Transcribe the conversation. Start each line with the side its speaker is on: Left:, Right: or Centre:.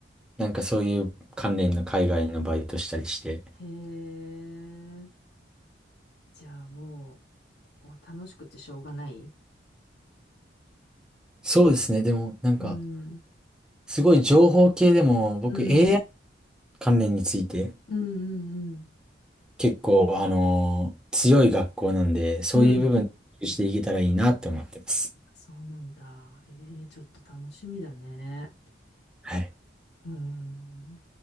Centre: なんかそういう関連の海外のバイトしたりして。
Left: へえ。じゃあもう、お楽しくてしょうがない
Centre: そうですね。でも、なんか、
Left: うん。
Centre: すごい情報系でも、僕
Left: うん。
Centre: AI 関連について、
Left: うんうんうん。
Centre: 結構、あのー強い学校なんで、そういう部分していけたらいいなって思ってます。
Left: うん。そうなんだ。ええ、ちょっと楽しみだね。
Centre: はい。
Left: うん。